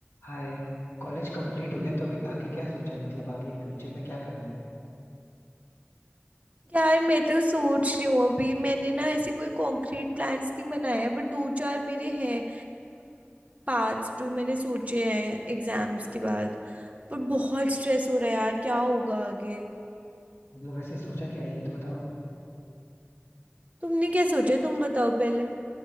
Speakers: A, on the left; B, on the right.
A: हाय College complete हो गया तो अभी आगे क्या सोचा है मतलब आगे फ्यूचर में क्या करना है
B: यार मैं तो सोच रही हूँ अभी मैंने ना ऐसे कोई कॉन्क्रीट प्लान्स नहीं बनाया है बट दो चार मेरे हैं पार्ट्स जो मैंने सोचे हैं एग्जाम्स के बाद पर बहुत स्ट्रेस हो रहा है यार क्या होगा आगे
A: मतलब वैसे सोचा क्या है ये तो बताओ
B: तुमने क्या सोचा है? तुम बताओ पहले